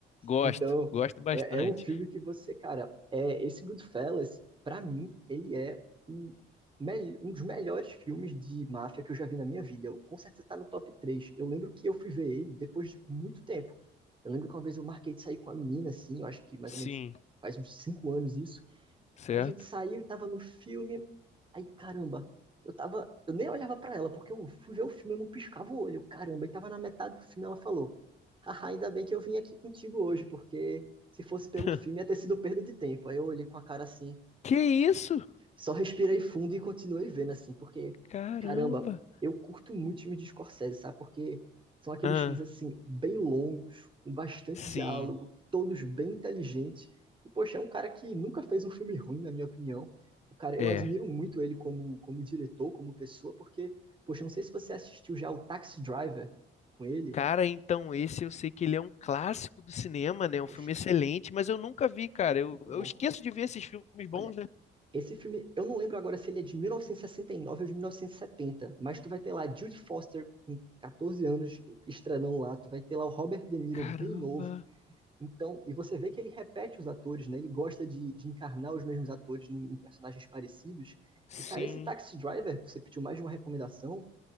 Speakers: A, on the left; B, on the right.
A: Gosto,
B: Então,
A: gosto bastante.
B: é, é um filme que você, cara, é, esse Goodfellas, pra mim, ele é mel- um dos melhores filmes de máfia que eu já vi na minha vida. Eu, com certeza está no top 3. Eu lembro que eu fui ver ele depois de muito tempo. Eu lembro que uma vez eu marquei de sair com a menina, assim, eu acho que mais
A: Sim,
B: ou menos faz uns 5 anos isso.
A: certo?
B: Aí a gente saiu, tava no filme. Aí, caramba, eu tava. Eu nem olhava pra ela, porque eu fui ver o filme, eu não piscava o olho. Caramba, e tava na metade do filme, ela falou. Haha, ainda bem que eu vim aqui contigo hoje, porque se fosse pelo
A: <laughs>
B: filme ia ter sido perda de tempo. Aí eu olhei com a cara assim,
A: Que isso?
B: só respirei fundo e continuei vendo, assim, porque,
A: Caramba.
B: caramba, eu curto muito filme de Scorsese, sabe? Porque são aqueles
A: Ah,
B: filmes, assim, bem longos, com bastante
A: sim,
B: diálogo, todos bem inteligentes. E, poxa, é um cara que nunca fez um filme ruim, na minha opinião. O cara, eu
A: é.
B: admiro muito ele como, como diretor, como pessoa, porque, poxa, eu não sei se você assistiu já o Taxi Driver com ele.
A: Cara, então esse eu sei que ele é um clássico do cinema, né? Um
B: Poxa,
A: filme excelente, mas eu nunca vi, cara. Eu,
B: muito
A: eu
B: bom.
A: esqueço de ver esses filmes
B: Olha,
A: bons, né?
B: Esse filme, eu não lembro agora se ele é de 1969 ou de 1970, mas tu vai ter lá Jude Foster com 14 anos estranão lá, tu vai ter lá o Robert De Niro
A: Caramba,
B: bem novo. Então, e você vê que ele repete os atores, né? Ele gosta de, de encarnar os mesmos atores no- em personagens parecidos.
A: sim.
B: E, cara, esse Taxi Driver, você pediu mais de uma recomendação,